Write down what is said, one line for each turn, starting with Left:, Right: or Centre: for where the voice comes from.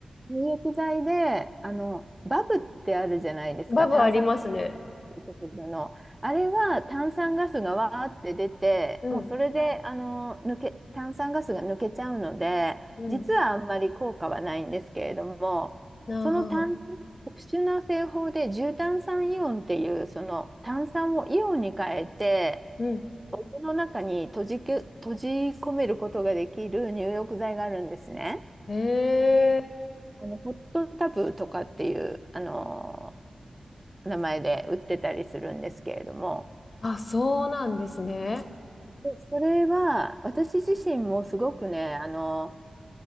Right: 入浴剤で、あの、バブってあるじゃないですか、
Left: バブありますね。
Right: 炭酸ガス出てくるの。あれは炭酸ガスがわーって出て、
Left: うん、
Right: もうそれで、あの、抜け、炭酸ガスが抜けちゃうので、
Left: うん、
Right: 実はあんまり効果はないんですけれども、
Left: なあはは、
Right: その炭酸、特殊な製法で重炭酸イオンっていう、その炭酸をイオンに変えて、
Left: うん。
Right: お湯の中に閉じけ、閉じ込めることができる入浴剤があるんですね。
Left: ええ
Right: あの、ホットタブとかっていう、あの名前で売ってたりするんですけれども、
Left: あ、そうなんですね。
Right: で、それは私自身もすごくね、あの